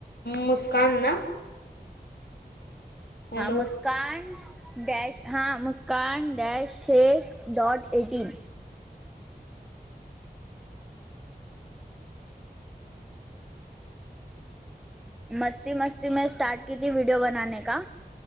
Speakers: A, on the left; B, in the centre.
A: مسکان نا ہیلو
B: ہاں مست مسکان ڈیش ہاں Muskan dash shake dot eighteen مستی مستی میں اسٹارٹ کی تھی ویڈیو بنانے کا